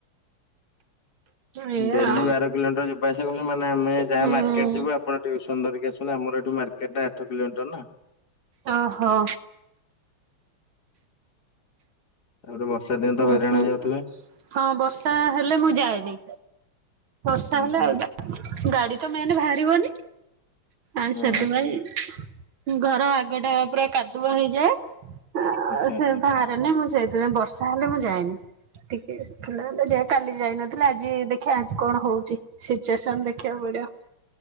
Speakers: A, on the right (about 70°); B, on the left (about 50°).
A: ଏଇଆ
B: ଡେଲି
A: ଆଉ
B: ବାର କିଲୋମିଟର ଯିବା ଆସିବା <unintelligible> ମାନେ ଆମେ ଯାହା
A: ହୁଁ
B: ମାର୍କେଟ ଯିବୁ। <unintelligible> ଆମର ଏଠୁ ମାର୍କେଟା ଆଠ କିଲୋମିଟର ନା।
A: ଓହୋ।
B: ତାପରେ ବର୍ଷା ଦିନ ତ
A: ହୁଁ
B: ହଇରାଣହୋଇଯାଉଥିବେ?
A: ହୁଁ ହଁ ବର୍ଷା ହେଲେ ମୁଁ ଯାଏନି ବର୍ଷା
B: ହୁଁ
A: ହେଲେ।
B: ହୁଁ।
A: ଗାଡି ତ ମେନେ ବାହାରିବନି ଆ
B: ହୁଁ
A: ସେଥିପାଇଁ ଘର ଆଗଟା ପୁରା କାଦୁଅ ହେଇଯାଏ
B: ଆଚ୍ଛା ଆଚ୍ଛା
A: ସେ ବା <unintelligible> ମୁଁ ସେଇଥିପାଇଁ ବର୍ଷା ହେଲେ ମୁଁ ଯାଏନି। <unintelligible> କାଲି ଯାଇନଥିଲେ ଆଜି ଦେଖିବା ଆଜି କଣ ହଉଛି। ସିଚୁଏସନ ଦେଖିବାକୁ ପଡିବ।